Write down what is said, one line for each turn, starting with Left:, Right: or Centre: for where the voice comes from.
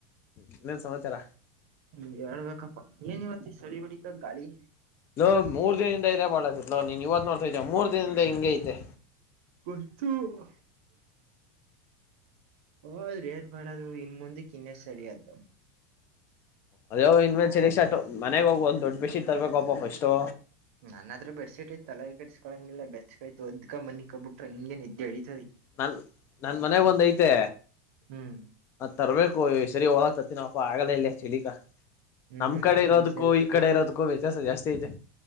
Left: ಇನ್ನೇನ್ ಸಮಾಚಾರ
Right: ಹ್ಮ್ ಹೇಳ್ಬೇಕಪ್ಪಾ ಏನಿವತ್ತ ಚಳಿ ಹೊಡಿ. ಗಾಳಿ
Left: ಲೋ ಮೂರ್ ದಿನದಿಂದ ಇದೆ ಬಾಳಸತ್ಲ ನೀನ್ ಇವತ್ ನೋಡ್ತಾ ಇದ ಮೂರ್ ದಿನದ ಹಿಂಗ ಐತೆ.
Right: <unintelligible> ಹ್ಮ್ ಹದ್ರೀ ದ ಮಾಡದು ಇನ್ ಮುಂದೆ ಕನ್ನ ಸಳಿ ಅದ್ದು.
Left: ಅದ್ಯೋ ಇನ್ಮೇಲ್ ಚಳ ಸ್ಟಾಟ್ ಮನೆಗ ಹೋಗ ಒಂದ್ ದೊಡ್ ಬಿಸಿ ತರ್ಬೇಕಪ್ಪ ಅಷ್ಟು.
Right: ನನ್ನ ಹತ್ರ ಬೆಡ್ ಶೀಟ್ ಐ ತಲೆಗೆ ಕಡಸ್ಕಳಂಗಿಲ್ಲ ಬೆಸ್ಕ ಆಯ್ತ್ ಒದ್ಕ ಮನಿ ಕಬ ಬಿಟ್ರ ಹಂಗೇ ನಿದ್ದ್ದೇಳ ಹೇಳಿ.
Left: ನನ್ ನನ್ ಮನೆಗ ಒಂದ್ ಐತೆ
Right: ಹ್ಮ್
Left: ಅ ತರ್ಬೇಕು ಸರಿ ಹಳ. ಇತ್ತತ್ತಿನಪ್ಪ ಆಗಲೇ ಇಲ್ಲೇ ಚಳಿಕಾ.
Right: ಹ್ಮ್
Left: ನಮ್
Right: ಹ್ಮ್
Left: ಕಡೆ
Right: ಫುಲ್
Left: ಇರೋದಕ್ಕೂ
Right: ಚಳಿ
Left: ಈ ಕಡೆ ಇರೋದಕ್ಕೂ ವ್ಯತ್ಯಾಸ ಜಾಸ್ತಿ ಐತೆ.